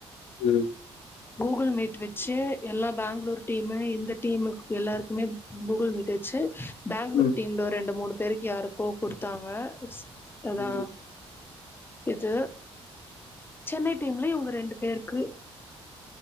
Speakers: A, on the left; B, on the left.
A: ம்
B: கூகுள் மீட் வச்சு எல்லா பேங்களூர் டீமு இந்த டீமு எல்லாருக்குமே கூகுள் மீட் வச்சு பேங்களூர்
A: ம்
B: டீம்ல ரெண்டு மூணு பெருக்கி யாருக்கோ கொடுத்தாங்க அதான்
A: ம்
B: இது சென்னை டீம்ல இவுங்க ரெண்டு பேருக்கு